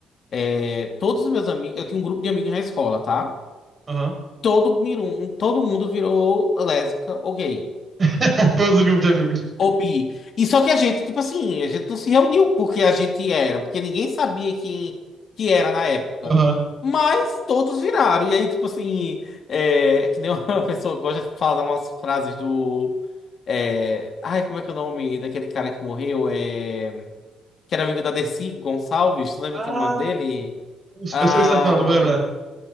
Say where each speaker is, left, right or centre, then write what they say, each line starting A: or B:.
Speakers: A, on the left (about 55°); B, on the right (about 35°).
A: é, todos os meus amigos, eu tinha um grupo de amigos na escola, tá?
B: Aham.
A: Todo, mirum- todo mundo virou lésbica ou gay.
B: <laughs> Todos os grupos de amigos.
A: Ô, Bi. E só que a gente, tipo assim, a gente não se reuniu porque a gente era, porque ninguém sabia quem que era na época.
B: Aham.
A: Mas todos viraram. E aí, tipo assim, é, é que nem uma <laughs> pessoa gosta de falar umas frases do. é, ai, como é que é o nome daquele cara que morreu? É, que era amigo da Dercy Gonçalves, tu lembra
B: Ah,
A: quem é o nome dele?
B: eu sei
A: Ah,
B: o que você tá falando, vou lembrar.